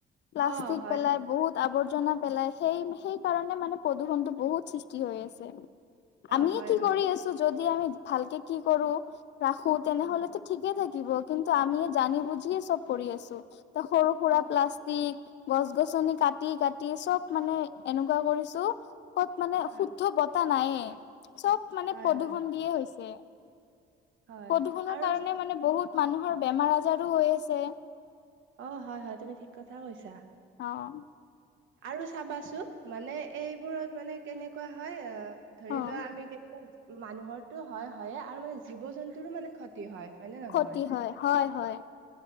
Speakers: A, on the left; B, on the right.
A: প্লাষ্টিক
B: অ হয়
A: পেলাই
B: হয়
A: বহুত - আৱৰ্জনা পেলাই সেই সেই কাৰণে মানে প্ৰদূষণতটো বহুত সৃষ্টি হৈ আছে। আমি
B: অ হয়
A: কি
B: হয়
A: কৰি আছো যদি আমি ভালকে কি কৰো ৰাখো তেনেহলেতো।
B: হয়
A: ঠিকে থাকিব কিন্তু আমি জানি বুজিয়েই চব কৰি আছো। সৰু সুৰা
B: অ
A: প্লাষ্টিক। গছ গছনি কাটি কাটি চব মানে এনেকুৱা কৰিছো, কত মানে
B: হয়
A: শুদ্ধ ব- টা নাইয়ে, চব মানে
B: হয়
A: প্ৰদূষণ
B: হয়
A: দিয়ে হৈছে।
B: হয়
A: প্ৰদূষণৰ
B: আৰু
A: কাৰণে মানে বহুত মানুহৰ বেমাৰ আজাৰো হৈ আছে।
B: অঁ হয় হয় তুমি ঠিক কথা কৈছা।
A: অঁ।
B: আৰু চাবাচো মানে এইবোৰত মানে কেনেকুৱা হয় অ- ধৰি
A: অ',
B: লোৱা আমি কেতিয়াবা মানুহৰটো হয় হয়ে, আৰু মানে জীৱ জন্তুৰো মানে- যি হয় হয়নে নহয়।
A: ক্ষতি হয় হয় হয়।